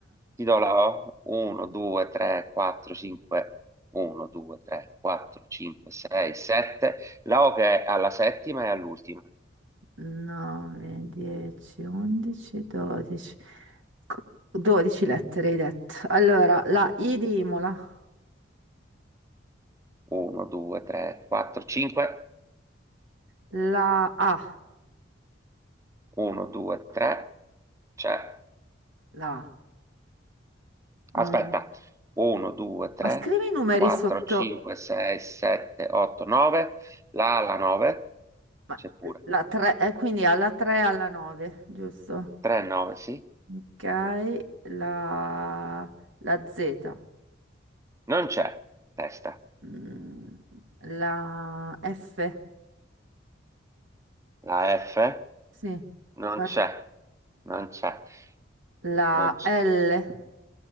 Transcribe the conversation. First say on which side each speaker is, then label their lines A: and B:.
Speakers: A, on the right; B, on the right.
A: Ti do la O, 1, 2, 3, 4, 5, 1, 2, 3, 4, 5, 6, 7. La O che è alla settima e all'ultima.
B: 9, 10, 11, 12. Co- 12 lettere hai detto. Allora, la I di Imola,
A: 1, 2, 3, 4, 5.
B: la A,
A: 1, 2, 3. C'è.
B: la A.
A: Aspetta.
B: Mm.
A: 1, 2, 3,
B: Ma scrivi i numeri
A: 4,
B: sotto
A: 5, 6, 7, 8, 9. La alla 9.
B: ma,
A: C'è pure.
B: eh, la 3, eh, quindi alla 3 alla 9, giusto?
A: 3, 9, sì.
B: Ok, la, la Z,
A: Non c'è. Testa.
B: Mm, la F,
A: La F.
B: sì,
A: Non
B: Far-
A: c'è. Non c'è.
B: la
A: Non c'è.
B: L,